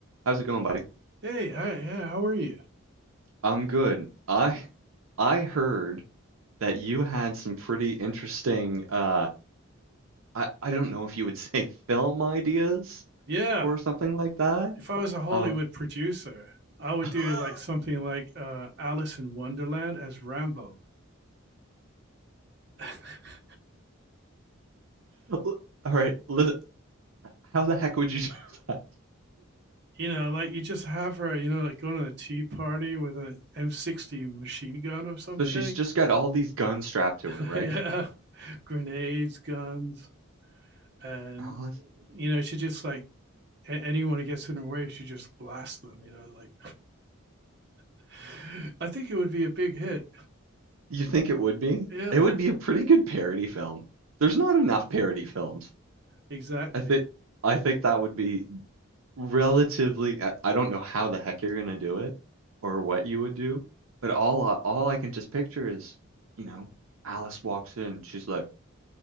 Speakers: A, on the right; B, on the right.
A: How's it going, buddy?
B: Hey, hi, yeah, how are you?
A: I'm good. I I heard that you had some pretty interesting uh I, I don't know if you would <laughs> say film ideas
B: Yeah,
A: or something like that.
B: if I was a Hollywood
A: Um
B: producer, I would
A: <laughs>
B: do like something like uh, Alice in Wonderland as Rambo. <laughs>
A: all right, li- how the heck would you <laughs> do that?
B: You know, like you just have her, you know, like going to a tea party with an M60 machine gun or something.
A: So she's just got all these guns strapped to
B: <laughs>
A: her, right?
B: Yeah, grenades, guns, and
A: Oh,
B: you know, she just like a- anyone who gets in her way, she just blasts them. You know, like <laughs> I think it would be a big hit.
A: you think it would be?
B: Yeah,
A: It would be a pretty good parody film. There's not enough parody films.
B: exactly.
A: I think I think that would be relatively I I don't know how the heck you're gonna do it or what you would do, but all I- all I can just picture is, you know, Alice walks in, she's like,